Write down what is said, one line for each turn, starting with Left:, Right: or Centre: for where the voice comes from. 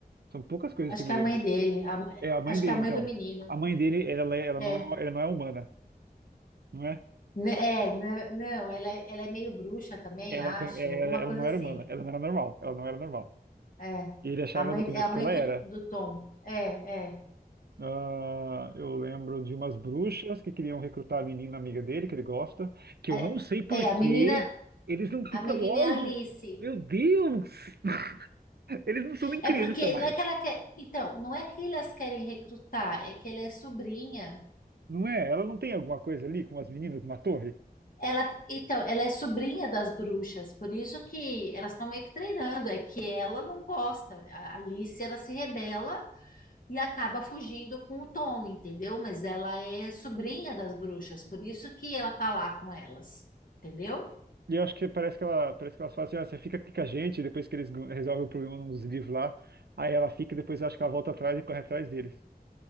Right: São poucas coisas
Left: Acho
Right: que eu me
Left: que é
Right: lembro.
Left: a mãe dele. a-
Right: É a mãe
Left: acho
Right: dele,
Left: que é a
Right: então.
Left: mãe do menino.
Right: A mãe dele, ela, é- ela
Left: É.
Right: não é, ela não é humana, não é?
Left: N- É, n- não, ela, é- ela é meio bruxa também,
Right: Ela,
Left: acho.
Right: ela,
Left: Alguma
Right: ela
Left: coisa
Right: não era
Left: assim.
Right: humana, ela não era normal, ela não era normal.
Left: É.
Right: E ele achava
Left: A mãe,
Right: no começo
Left: é a mãe
Right: que ela
Left: do,
Right: era.
Left: do Tom. É, é.
Right: Ah, eu lembro de umas bruxas que queriam recrutar a menina amiga dele, que ele gosta, que eu
Left: É,
Right: não sei por
Left: é, a
Right: que
Left: menina,
Right: eles não ficam
Left: a menina
Right: logo.
Left: é Alice.
Right: Meu Deus! <laughs> Eles não são nem criança
Left: É porque
Right: mais.
Left: não é que ela quer. Então, não é que elas querem recrutar, é que ela é sobrinha.
Right: Não é? Ela não tem alguma coisa ali com as meninas de uma torre?
Left: Ela, então, ela é sobrinha das bruxas, por isso que elas estão meio que treinando, é que ela não gosta. A Alice, ela se rebela e acaba fugindo com o Tom, entendeu? Mas ela é sobrinha das bruxas, por isso que ela tá lá com elas, entendeu?
Right: E eu acho que parece que ela, parece que elas falam assim, ah, você fica aqui com a gente, depois que eles gan- resolvem o problema nos livros lá, aí ela fica e depois acho que ela volta atrás e corre atrás deles.